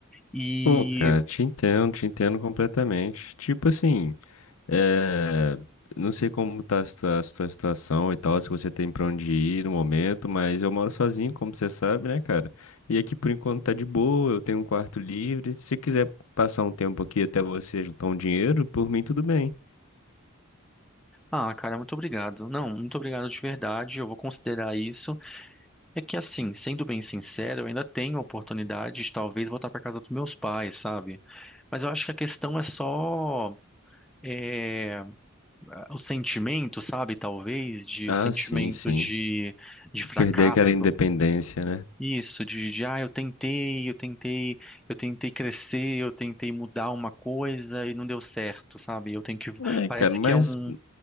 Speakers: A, in the centre; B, on the left (about 75°).
A: e
B: Pô, cara, te entendo, te entendo completamente. Tipo assim. É, não sei como tá a situa- a sua situação e tal, se você tem pra onde ir no momento, mas eu moro sozinho, como você sabe, né, cara? E aqui por enquanto tá de boa, eu tenho um quarto livre. Se você quiser passar um tempo aqui até você juntar um dinheiro, por mim tudo bem.
A: ah, cara, muito obrigado. Não, muito obrigado de verdade. Eu vou considerar isso. É que assim, sendo bem sincero, eu ainda tenho a oportunidade de talvez voltar pra casa dos meus pais, sabe? Mas eu acho que a questão é só é, o sentimento, sabe? Talvez de
B: Ah,
A: o sentimento
B: sim, sim.
A: de, de fracasso
B: Perder aquela independência, né?
A: Isso, de, de ah, eu tentei, eu tentei, eu tentei crescer, eu tentei mudar uma coisa e não deu certo, sabe? Eu tenho que.
B: É,
A: Parece
B: cara, mas
A: que é um,